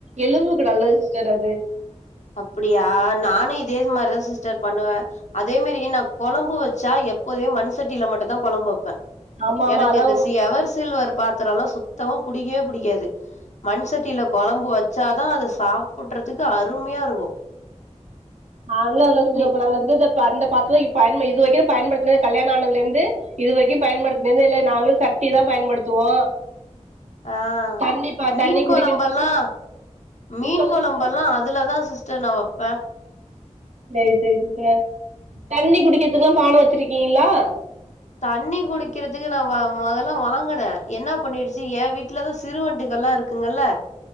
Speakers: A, on the right (about 70°); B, on the left (about 75°).
A: எலும்புக்கு நல்லது சிஸ்டர் அது
B: அப்புடியா நானு இதே மாரிதா சிஸ்டர் பண்ணுவே அதே மாரி நா கொழம்பு வெச்சா எப்போதுமே மண்சட்டியில மட்டுந்தா கொழம்பு வெப்பே
A: ஆமா ஆமா
B: எனக்கு
A: அதா
B: இந்த சி எவர் சில்வர் பாத்திரல்லா சுத்தமா புடிக்கவே புடிக்காது மண் சட்டில கொழம்பு வச்சாதா அது சாப்புட்றதுக்கு அருமையா இருக்கு
A: நாங்களா எல்லா செஞ்சு
B: நீ
A: வெப்போ நாங்க வந்து இந்த அந்த பாத்தரோ இப்போ பய்ன்ப இது வரைக்கு பயன்படுத்துனதே கல்யாணோ ஆனதுலேந்து இது வரைக்கு பயன்படுத்தினதே இல்ல நாங்களு சட்டிதா பயன்படுத்துவோ
B: ஆ
A: தண்ணி பா
B: மீன்
A: தண்ணி குடிக்கிறதுக்கு
B: கொழம்பல்லா மீன்
A: சொல்லுங்க
B: கொழம்பல்லா
A: சிஸ்டர்
B: அதுலதா சிஸ்டர் நா வப்பே
A: சரி சரி சிஸ்டர் தண்ணி குடிக்கிறதுக்குல்லா
B: நீ
A: பான வெச்சிருக்கீங்ளா
B: தண்ணி குடிக்கிறதுக்கு நா வ மொதல்லா வாங்குனே என்ன பண்ணிடுச்சு என் வீட்டுலதா சிறுவண்டுகல்லா இருக்கு ங்கல்ல